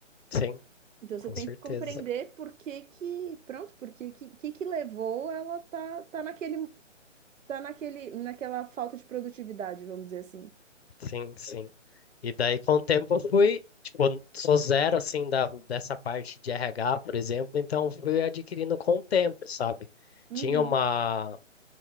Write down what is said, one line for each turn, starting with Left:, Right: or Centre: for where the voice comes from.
Left: Sim,
Right: Então
Left: com
Right: você tem
Left: certeza.
Right: que compreender por que que, pronto, por que que, que que levou ela tá, tá naquele, tá naquele, naquela falta de produtividade, vamos dizer assim.
Left: Sim, sim. E daí com o tempo eu fui, tipo, sou zero assim da, dessa parte de RH, por exemplo, então fui adquirindo com o tempo, sabe?
Right: Uhum.
Left: Tinha uma,